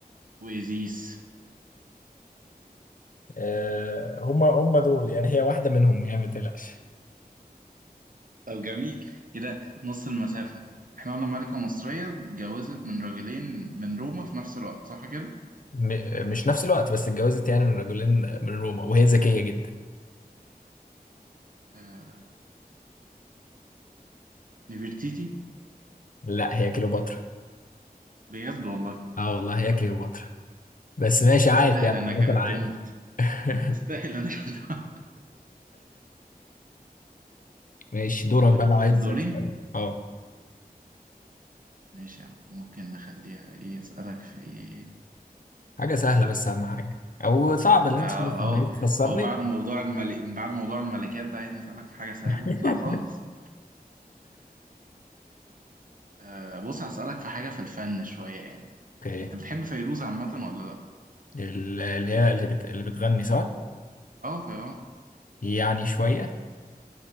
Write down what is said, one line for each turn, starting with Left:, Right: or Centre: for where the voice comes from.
Right: وإيزيس
Left: آه، هما هما دول يعني هي واحدة منهم يعني ما تقلقش
Right: طب جميل كده نص المسافة احنا قلنا ملكة مصرية اتجوزت من راجلين من روما في نفس الوقت صح كده؟
Left: م- مش نفس الوقت بس اتجوزت يعني من رجلين من روما وهي ذكية جدا
Right: آه... نفرتيتي
Left: لا هي كليوباترا
Right: بجد والله
Left: اه والله هي كليوباترا بس ماشي
Right: تستاهل
Left: عايش يعني
Right: انها
Left: مثلا
Right: كانت
Left: عايش
Right: تموت
Left: <laughs>
Right: تستاهل انها كانت تموت.
Left: ماشي
Right: <laughs>
Left: دورك
Right: طيب
Left: بقى لو
Right: اخد
Left: عايز
Right: دوري
Left: تسألني اه
Right: ماشي يا عم ممكن نخليها ايه اسالك في ايه
Left: حاجة سهلة بس أهم حاجة أو صعب اللي
Right: آه،
Left: أنت شايف إن
Right: اهو
Left: عايز تخسرني
Right: هو بعد موضوع الملك بعد موضوع الملكات ده عايز اسالك في حاجه سهله
Left: <laughs>
Right: لا خالص آه بص هسالك في حاجه في الفن شويه يعني
Left: اوكي
Right: انت بتحب فيروز عامه ولا لا
Left: ال- اللي هي اللي, بت... اللي بتغني صح؟
Right: اه في اه
Left: يعني شوية